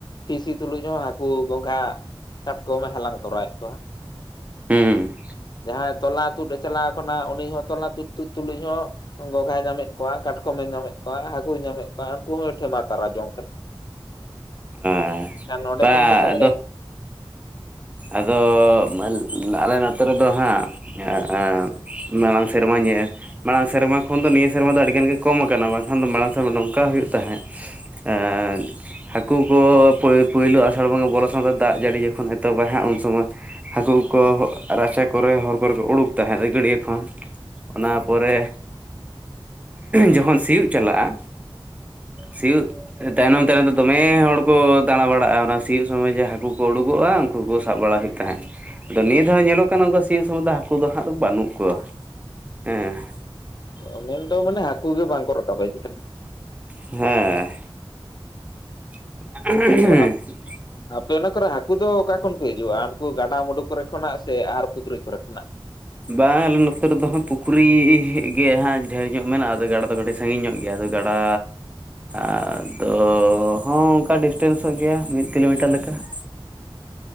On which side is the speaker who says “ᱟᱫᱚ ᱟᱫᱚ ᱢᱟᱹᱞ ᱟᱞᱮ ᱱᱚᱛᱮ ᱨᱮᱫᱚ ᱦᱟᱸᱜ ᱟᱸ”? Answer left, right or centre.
Right